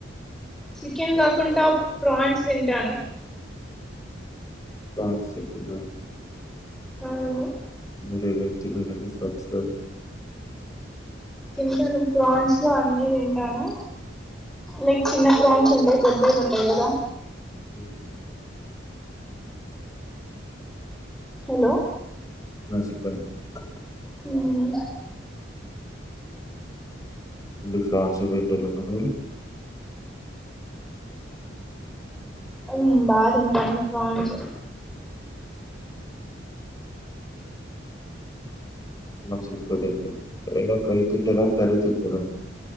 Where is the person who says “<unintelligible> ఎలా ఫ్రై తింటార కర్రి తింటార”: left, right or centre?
Left